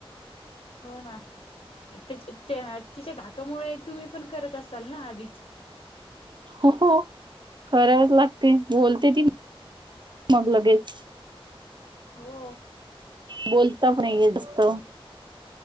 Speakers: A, on the left; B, on the right.
A: हो ना, त्या तिच्या धाकामुळे तुम्ही पण करत असाल ना आधीच?
B: हो- हो करावच लागती बोलती ती. मग लगेच
A: हो,
B: बोलता पण येत <inaudible> असतं.